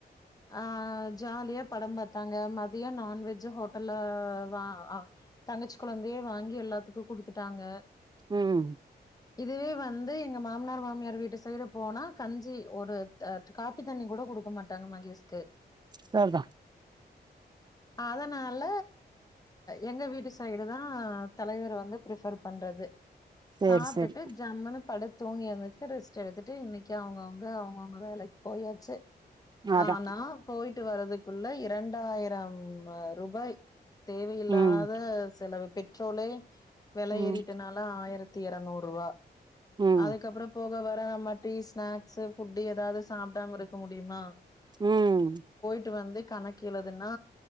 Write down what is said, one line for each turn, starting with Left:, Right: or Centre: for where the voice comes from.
Left: ஆ ஜாலியா படம் பாத்தாங்க மதியோ நான்வெஜ் ஹோட்டல்ல வா தங்கச்சி கொழந்தையே வாங்கி எல்லாத்துக்கு குடுத்துட்டாங்க
Right: ம்
Left: இதுவே வந்து எங்க மாமனார் மாமியார் வீட்டு சைடு போனா கஞ்சி ஒரு அ காப்பி தண்ணி கூட குடுக்க மாட்டாங்க மகேஷ்க்கு
Right: சர்தா
Left: அதனால எங்க வீட்டு சைடு தா தலைவர் வந்து பிரிபர் பண்றது
Right: சேரி
Left: சாப்டுட்டு
Right: சேரி
Left: ஜம்முனு படுத்து தூங்கி எந்துச்சி ரெஸ்ட் எடுத்துட்டு இன்னைக்கி அவங்கவங்க அவங்கவங்க வேலைக்கு போயாச்சு
Right: அதா
Left: ஆனா போய்ட்டு வரதுகுள்ள இரண்டாயிரம் ரூபாய் தேவையில்லாத
Right: ம்
Left: செலவு பெட்ரோலே வெல
Right: ம்
Left: ஏறிட்டனால் ஆயிரத்தி எரநூறுவா
Right: ம்
Left: அதுக்கப்றோ போக வர நம்ம டீ ஸ்நாக்ஸு ஃபுட்டு ஏதாது சாப்டாம இருக்க முடியுமா
Right: ம்
Left: போய்ட்டு வந்து கணக்கு எழுதுன்னா